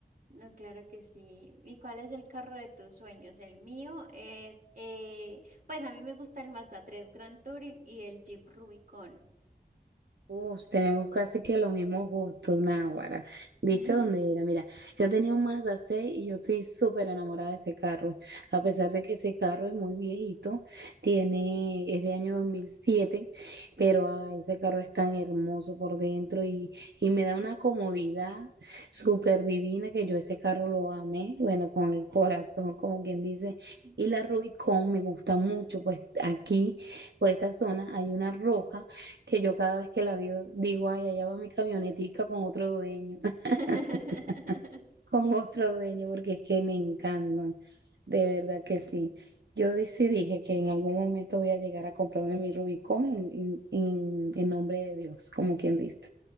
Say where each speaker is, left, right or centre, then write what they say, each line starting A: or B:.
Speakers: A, on the right; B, on the right.
A: No, claro que sí. ¿Y cuál es el carro de tus sueños? El mío es, eh, pues a mí me gusta el Mazda tres Grand Touring y el Jeep Rubicon.
B: Uf, tenemos casi que los mismos gustos, Náguara. ¿Viste
A: <laughs>
B: dónde era? Mira, yo tenía un Mazda 6 y yo estoy súper enamorada de ese carro. A
A: Ujú.
B: pesar de que ese carro es muy viejito, tiene, es de año 2007,
A: Sí.
B: pero ah, ese carro es tan hermoso por dentro y, y me da una comodidad súper divina que yo ese carro lo amé, bueno, con el corazón, como quien dice.
A: Ujú.
B: Y la Rubicon me gusta mucho, pues aquí, por esta zona, hay una roja que yo cada vez que la veo digo, ay, allá va mi camionetica con otro dueño, <laughs>
A: <laughs>
B: con otro dueño, porque es que me encantan, de verdad que sí. Yo di- sí dije que en algún momento voy a llegar a comprarme mi Rubicón en, en, en- en nombre de Dios, como quien dice.